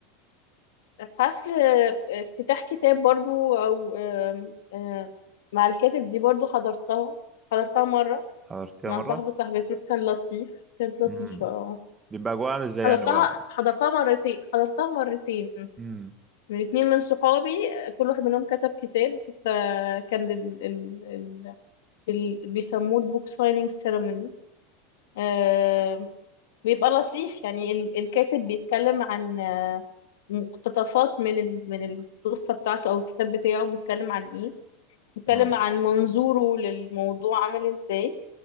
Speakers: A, on the left (about 80°); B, on the right (about 20°).
A: حفل آه، افتتاح كتاب برضو او آه... آه... مع الكاتب دي برضو حضرتها حضرتها مرة
B: حضرتها
A: مع
B: مره
A: صاحبة صاحبتي كان لطيف كانت لطيفة
B: امم
A: اه
B: بيبقى جوه عامل ازاي
A: حضرتها
B: يعني هو
A: حضرتها مرتين حضرتها مرتين
B: امم
A: من اتنين من صحابي كل واحد منهم كتب كتاب فكان ال ال ال ال بيسموه البوك سايننج سيرموني آه بيبقى لطيف يعني ال الكاتب بيتكلم عن آه، مقتطفات من ال من القصة بتاعته أو الكتاب بتاعه بيتكلم عن إيه بيتكلم
B: اه
A: عن منظوره للموضوع عامل إزاي